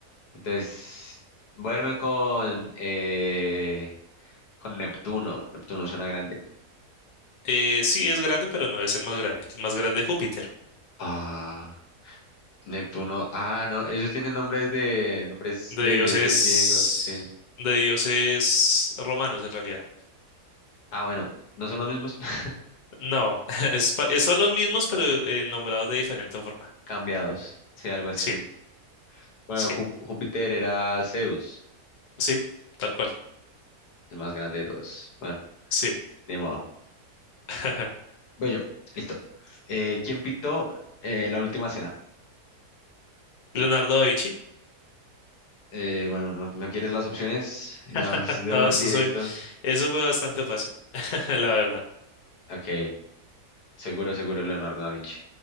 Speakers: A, on the left (about 80°); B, on the left (about 50°).
A: Entonces voy a irme con, eh, con Neptuno. Neptuno suena grande.
B: Eh, sí, es grande, pero no es el más grande. El más grande es Júpiter.
A: Ah, Neptuno. Ah, no, ellos tienen nombres de nombres
B: De
A: de
B: dioses,
A: dioses griegos, sí.
B: de dioses romanos, en realidad.
A: Ah, bueno, no son los mismos. <laughs>
B: No, <laughs> es pa- eh, son los mismos, pero eh, nombrados de diferente forma.
A: Cambiados, sí, algo así.
B: Sí,
A: Bueno,
B: sí,
A: Jú- Júpiter era Zeus.
B: sí, tal cual.
A: El más grande de todos. Bueno,
B: Sí.
A: de modo.
B: <laughs>
A: Voy yo. Listo. Eh, ¿quién pintó eh, la última cena?
B: Leonardo da Vinci.
A: Eh, bueno, no, no quieres las opciones. Ya vas
B: <laughs>
A: de-
B: No, eso
A: directo.
B: fue, eso fue bastante fácil, <laughs> la verdad.
A: Ok. Seguro, seguro,
B: Bueno,
A: Leonardo da Vinci.